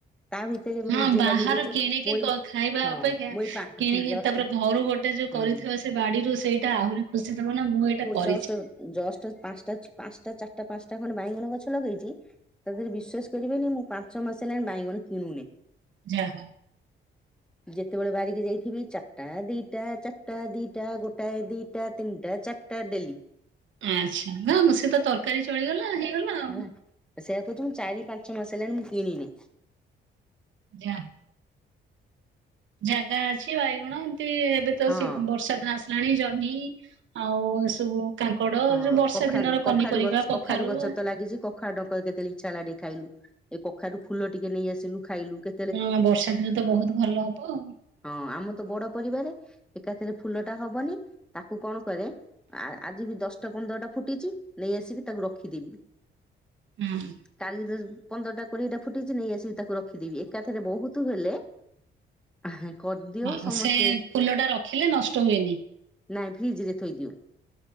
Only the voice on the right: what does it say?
ହଁ
ବାହାରୁ
କିଣିକି
ଖାଇବା
ଅପେକ୍ଷା
କିଣିକି
ତାପରେ ଘରୁ ଗୋଟେ ଯୋଉ କରିିବ
ସେ ବାଡିରୁ ସେଇଟା ଆହୁରି ଖୁସି ଥବ ନା ମୁଁ ଏଇଟା କରି
ଯା ହଁ।
ଆଚ୍ଛା। ଦେଖୁନ ସେ ତ ତରକାରୀ ଚଳିଗଲା, ହେଇଗଲା। ଆଉ
ଆଜା। ଜାଗା ଅଛି ବାଇଗଣ ଏମତି ଏବେ ତ
ବର୍ଷା ଦିନ ଆସ ଲାଣି ଜହ୍ନି ଆଉ ଏସବୁ କାଙ୍କଡ
ଯୋଉ ବର୍ଷା
ଦିନର
ପନିପରିବା
କଖାରୁ
ହଁ ବର୍ଷା ଦିନ ତ ବହୁତ ଭଲ ହବ।
ହୁଁ।
ଆଉ
ସେ ଫୁଲ ଟା ରଖିଲେ ନଷ୍ଟ ହୁଏନି।